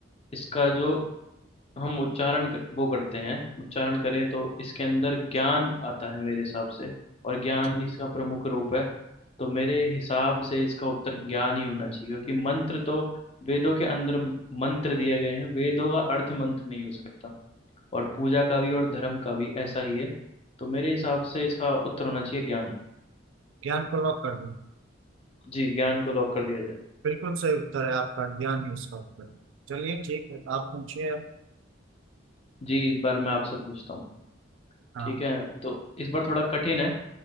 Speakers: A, on the left (about 30°); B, on the right (about 75°).
A: इसका जो हम उच्चारण क- वो करते हैं उच्चारण करें तो इसके अंदर ज्ञान आता है मेरे हिसाब से और ज्ञान
B: अच्छा
A: इसका प्रमुख रूप है तो मेरे हिसाब से इसका उत्तर ज्ञान ही होना चाहिए क्योंकि मंत्र तो वेदों के अंदर म- मंत्र दिए गए हैं वेदों का अर्थ मंत्र नहीं हो सकता और पूजा का भी और धर्म का भी ऐसा ही है तो मेरे हिसाब से इसका उत्तर होना चाहिए ज्ञान
B: ज्ञान को लॉक कर दो
A: जी ज्ञान को लॉक कर दिया जाए
B: बिल्कुल सही उत्तर है आपका ज्ञान ही इसका उत्तर है चलिए ठीक है आप पूछिए अब
A: जी इस बार मैं आपसे पूछता हूँ
B: हाँ
A: ठीक है तो इस बार थोड़ा कठिन है